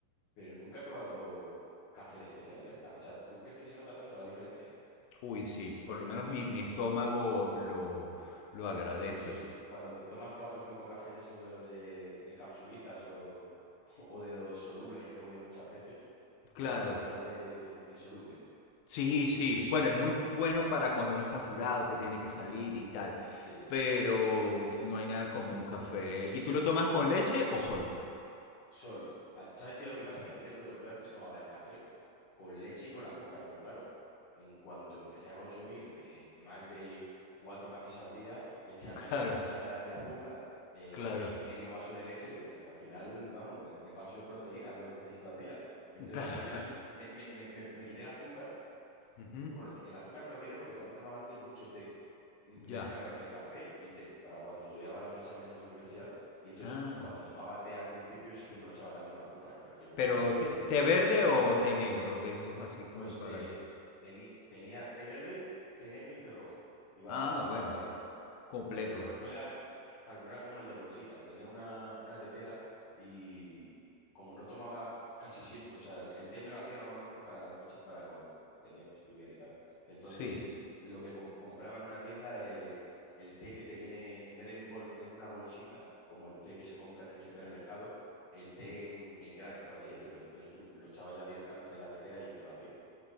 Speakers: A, on the left; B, on the left.
A: pero nunca he probado café de especialidad. Ta- O sea, ¿tú crees que se nota tanto la diferencia?
B: Uy, sí, por lo menos
A: ¿Sí?
B: mi, mi estómago lo, lo agradece.
A: Bueno, eso sí, cuando te tomas cuatro o cinco cafés de estos de los de, de capsulitas o, <laughs> o de los solubles que tomo yo muchas veces, ¿sabes
B: Claro,
A: cuál es el café, el, el- el soluble?
B: Sí, sí. Bueno, es muy bueno
A: Sí,
B: para cuando uno está apurado, que tiene que salir y tal.
A: sí,
B: Pero no hay nada como
A: eso,
B: un café.
A: eso es
B: ¿Y tú lo tomas con leche o solo?
A: solo. Ah, ¿Sabes qué es lo que pasa? Que antes lo to- yo antes tomaba el café con leche y con azúcar, pero claro, en cuanto empecé a consumir eh, más de cuatro cafés al día, echarle
B: <laughs> Claro,
A: dos cucharadas de azúcar eh,
B: claro,
A: y medio vaso de leche, es que al final, vamos, me, me paso de proteínas de lo que necesito al día. Entonces,
B: claro.
A: al final, me, me- me- me- me quité el azúcar.
B: Ujú,
A: Bueno, el azúcar me lo quité porque también tomaba antes mucho té. M- Mezclaba
B: Ya.
A: entre café y té para cuando estudiaba los exámenes en la universidad. Y entonces,
B: Ah.
A: cuando tomaba té al principio, sí que me lo echaba también con azúcar. Pero llegó un
B: Pero
A: momento que también
B: té,
A: que dije,
B: té verde o té negro de estos así como
A: pues
B: para...
A: de, teni- tenía té verde, té negro y té rojo. Iba,
B: Ah,
A: iba
B: bueno,
A: variando.
B: completo.
A: Pero no, no era, claro, no era como el de bolsitas. Tenía una, una tetera y como no tomaba casi siempre, o sea, el té me lo hacía normalmente para las noches, para cuando tenía que estudiar y tal. Entonces,
B: Sí,
A: lo que com- compraba en una tienda, eh, el té que te viene, en vez de en, bol- en una bolsita, como el té que se compra en el supermercado, el té en, en granos, por así decirlo. Entonces tú lo echabas ya directamente en la tetera y te lo hacía.